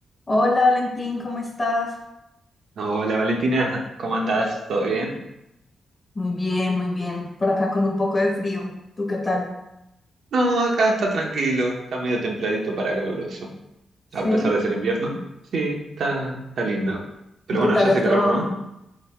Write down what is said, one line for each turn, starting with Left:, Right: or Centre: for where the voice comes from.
Left: Hola Valentín, ¿cómo estás?
Right: Hola Valentina, <laughs> ¿cómo andás? ¿Todo bien?
Left: Muy bien, muy bien. Por acá con un poco de frío. ¿Tú qué tal?
Right: No, acá está tranquilo, está medio templadito para caluroso.
Left: ¿Sí?
Right: A pesar de ser invierno, sí, está, está lindo. Pero
Left: ¿Y qué
Right: bueno,
Left: tal
Right: ya hace
Left: el
Right: calor,
Left: trabajo?
Right: ¿no?